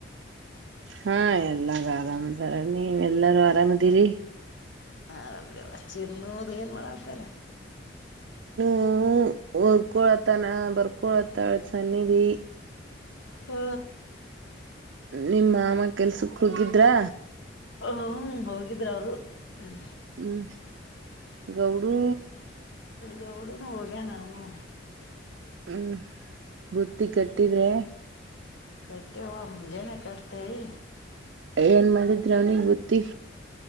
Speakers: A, on the right (about 65°); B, on the left (about 70°).
A: ಹಾ ಎಲ್ಲರು ಅರಾಮು. ನೀ ಎಲ್ಲಾರು ಆರಾಮದಿರಿ.
B: ಆರಾಮ <unintelligible> ಏನ್ ಮಾಡಾತಾರೆ
A: ಹು ಹೋದ್ಕೊಳತ್ತನ ಬರ್ಕೊಳತ ಸನ್ನದಿ.
B: ಹ್ಮ
A: ನಿಮ್ ಮಾಮ ಕೆಲ್ಸಕ್ ಹೋಗಿದ್ರ.
B: ಹು ಹೋಗಿದ್ರು ಅವ್ರು ಹ್ಮ
A: ಹ್ಮ್ ಗೌಡೂ
B: ಗೌಡುನು ಹೋಗ್ಯ ನಾ ನನು.
A: ಹ್ಮ್ ಬತ್ತಿ ಕಟ್ಟಿ ರೆ.
B: ಕಡ್ತಿವಮ್ ಮುಂಜಾನೆ ಕಟ್ತೇವಿ
A: ಏನ್ ಮಾಡಿದ್ರಿ ಅವ್ನಿಗ್ ಬುತ್ತಿ.